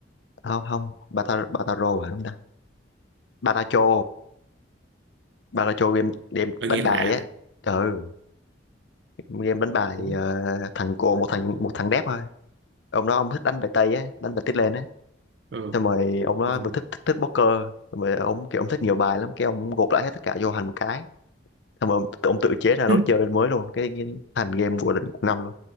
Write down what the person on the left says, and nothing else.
không không Bata- Bataro hả đúng ta Baracho Baracho game game
đánh
bài
á ừ game đánh bài
ờ, thằng cô một thằng một thằng đép thôi ông đó ông thích đánh bài tây á đánh bài tít lên á
xong rồi ông đó
vừa thích thích, thích poker xong rồi ông kiểu ông thích nhiều bài lắm cái ông gộp lại hết tất cả vô thành một cái xong rồi ông, ông tự chế ra lối
chơi mới luôn cái, cái thành game của định của năm luôn